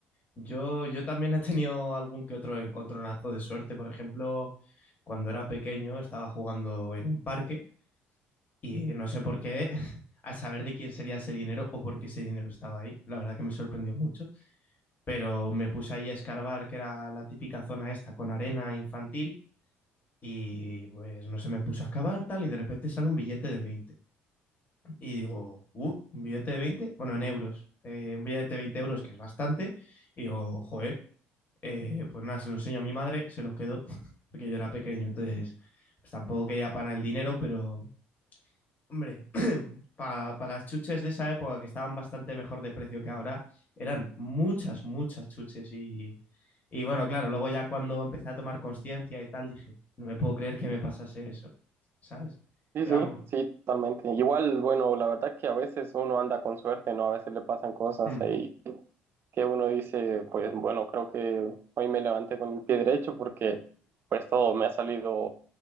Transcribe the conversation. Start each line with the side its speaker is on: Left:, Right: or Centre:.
Left: Yo, yo también he tenido algún que otro encontronazo de suerte. Por ejemplo, cuando era pequeño estaba jugando en un parque y no sé por qué, <laughs> a saber de quién sería ese dinero o por qué ese dinero estaba ahí. La verdad que me sorprendió mucho. Pero me puse ahí a escarbar, que era la típica zona esta con arena infantil. Y pues no sé, me puse a excavar tal y de repente sale un billete de veinte Y digo, uh, un billete de veinte bueno, en euros. eh, un billete de veinte euros que es bastante. Y digo, joder. Eh, pues nada, se los enseño a mi madre, se los quedó, <laughs> porque yo era pequeño, entonces pues tampoco quería para el dinero, pero hombre, <clears throat> para pa las chuches de esa época que estaban bastante mejor de precio que ahora, eran muchas, muchas chuches y, y bueno, claro, luego ya cuando empecé a tomar conciencia y tal, dije, no me puedo creer que me pasase eso, ¿sabes?
Right: Sí,
Left: Pero
Right: sí,
Left: vamos,
Right: sí, totalmente. Igual, bueno, la verdad que a veces uno anda con suerte, ¿no? A veces le pasan cosas
Left: hmm,
Right: ahí que uno dice, pues bueno, creo que hoy me levanté con el pie derecho porque pues todo me ha salido